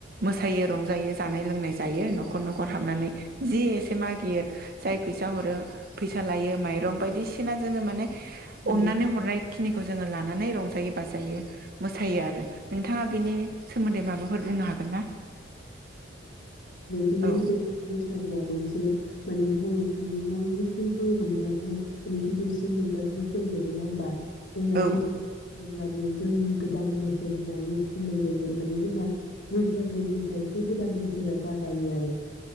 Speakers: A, on the right; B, on the left.
A: मोसायो रंजायो जानाय लोंनाय जायो न'खर न'खर हाबनानै जि एसे मा गियो जाय फैसा फैसा हरो फैसा लायो माइरं बायदिसिना जोङो माने
B: औ
A: अनानै हरनाय खिनिखौ जोङो लानानै रंजायो बाजायो मोसायो आरो नोंथाङा बेनि सोमोन्दै माबाफोर बुंनो हागोन ना
B: बिदिनो
A: औ
B: जों बैसागोआ मोनसे माने बर'फोरनि बयनिख्रुइबो रंजाथाइ माने गिदिरसिन रंजाथाइ फोरबो नङा होमबा जोंना
A: औ
B: बैसागु होनोब्ला बियो जोंनि गोदान बोसोर होननानै बुंनाय जायो माने जोंना बैसागोनिफ्रायसो गोदान बोसोरा जागायो आरो